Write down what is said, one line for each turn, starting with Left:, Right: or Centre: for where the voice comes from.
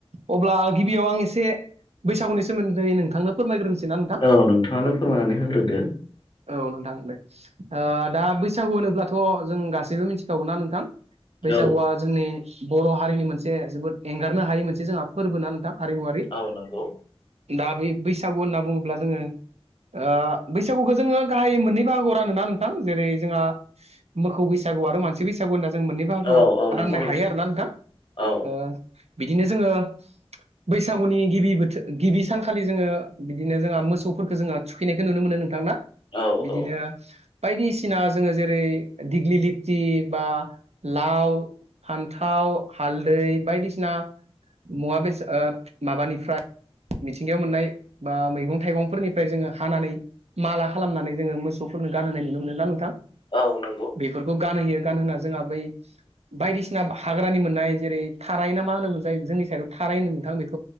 Right: अब्ला गिबियाव आं एसे बैसागुनि सोमोन्दैै नोंथांनो फोरमायग्रोनो सैना नोंथां
Left: औ नोंथाङानो फोरमायनानै होग्रोदो
Right: औ नोंथां दे ओ दा बैसागु होनोब्लाथ जों गासैबो मिथिखागौना नोंथां बैसागुआ
Left: औ
Right: जोंनि बर हारिनि मोनसे जोबोद एंगारनो हायि मोनसे जोंहा फोरबो ना नोंथां। हारिमुवारि
Left: औ नोंगौ।
Right: दा बे बैसागु होनना बुङोब्ला जोङो ओ बैसागुखौ जोङो गाहायै मोननै बाहागो रानोना नोंथां जेरै जोंहा मोखौ बैसा गु आरो मानसि बैसागु होनना जों मोननै बाहागोआव
Left: औ औ नंगौ
Right: राननो
Left: नोंथां
Right: हायो आरो ना नोंथां।
Left: औ
Right: बिदिनो जोङो बैसागुनि गिबि बोथो गिबि सानखालि जोङो बिदिनो जोंहा मोसौफोरखौ जोङो थुखैनायखौ नुनो मोनो नोंथां नि
Left: औ
Right: बिदिनो
Left: औ
Right: बायदिसिना जोङो जेरै दिग्लि लिथि बा लाव फान्थाव हालदै बायदिसिना मुवा ओ बेसाद माबानिफ्राय मिथिंगायाव मोननाय बा मैगं थाइगंफोरनिफ्राय जोङो हानानै माला खालामनानै जोङो मोसौ फोरनो गानहोनाय नुनो मोनोना नोंथां
Left: औ नंगौ
Right: बेफोरखौ गानहोयो गानहोना जोंहा बै बायदिसिना हाग्रानि मोननाय जेरै थारायना मा होनोम मोनसाय जोंनि साइडआव थाराय होनो मोनथां बेखौ